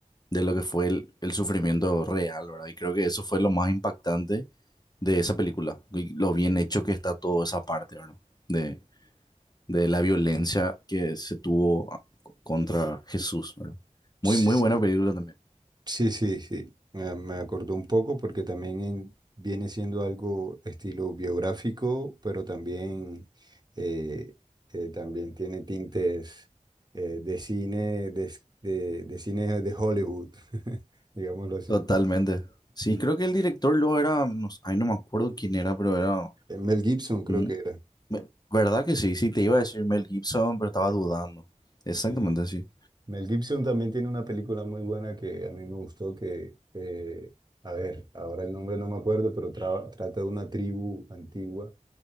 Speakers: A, on the left; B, on the right.
A: de lo que fue el, el sufrimiento real, ¿verdad? Y creo que eso fue lo más impactante de esa película, y lo bien hecho que está toda esa parte, ¿verdad? De, de la violencia que se tuvo contra Jesús, ¿verdad?
B: sí.
A: Muy, muy buena película también.
B: Sí, sí, sí. Me, me acordó un poco porque también en- viene siendo algo estilo biográfico, pero también, eh, eh, también tiene tintes eh, de cine, de, s- de, de cine de Hollywood, <laughs> digámoslo así.
A: Totalmente. Sí,
B: Mm.
A: creo que el director luego era, no, s- ay, no me acuerdo quién era, pero era,
B: Eh, Mel Gibson creo
A: mm,
B: que era.
A: ve- ¿verdad que sí? Sí, te iba a decir Mel Gibson, pero estaba
B: Sí.
A: dudando. Exactamente,
B: sí.
A: sí.
B: Mel Gibson también tiene una película muy buena que a mí me gustó que, eh, a ver, ahora el nombre no me acuerdo, pero tra- trata de una tribu antigua